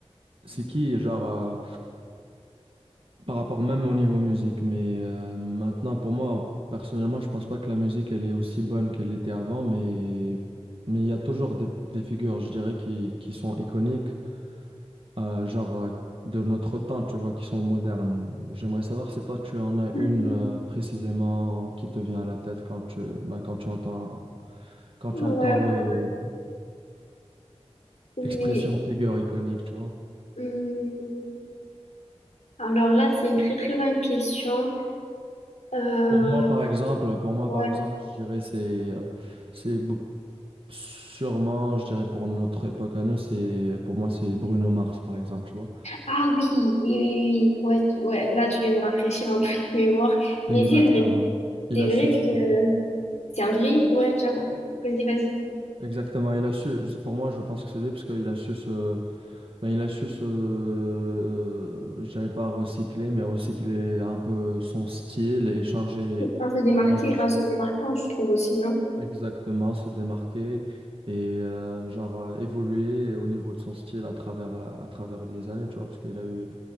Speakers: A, on the right; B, on the left.
A: c'est qui, genre, euh, par rapport même au niveau musique. Mais euh, maintenant, pour moi, personnellement, je pense pas que la musique, elle est aussi bonne qu'elle l'était avant, mais mais il y a toujours des, des figures, je dirais, qui, qui sont iconiques, euh, genre euh, de notre temps, tu vois, qui sont modernes. J'aimerais savoir si toi, tu en as
B: mhm.
A: une euh, précisément qui te vient à la tête quand tu, bah, quand tu entends, quand
B: Ouais,
A: tu entends le,
B: ouais, oui.
A: l'expression figure iconique, tu vois.
B: Hum, Alors là, c'est une très très bonne question. Euh,
A: Pour moi, par exemple, pour moi,
B: ouais.
A: par exemple, je dirais c'est euh, c'est Bo- Sûrement, je dirais pour notre époque à nous, c'est pour moi c'est Bruno Mars par exemple, tu vois.
B: Ah oui, oui, oui, oui. Ouais, tu- ouais, là, tu viens de me rafraîchir un peu <laughs> la mémoire.
A: Exactement.
B: Mais c'est vrai,
A: Il
B: c'est
A: a
B: vrai
A: su se-
B: que euh, c'est un vrai. Ouais, j'avoue. Vas-y, vas-y.
A: exactement, il a su je- pour moi je pense que c'est lui parce qu'il a su se ben, il a su se je dirais pas recycler mais recycler un peu son style et changer
B: Un se démarquer,
A: changer
B: un se démarquant, je trouve aussi, non?
A: exactement se démarquer et euh, genre euh, évoluer au niveau de son style à travers à travers les années, tu vois parce qu'il a eu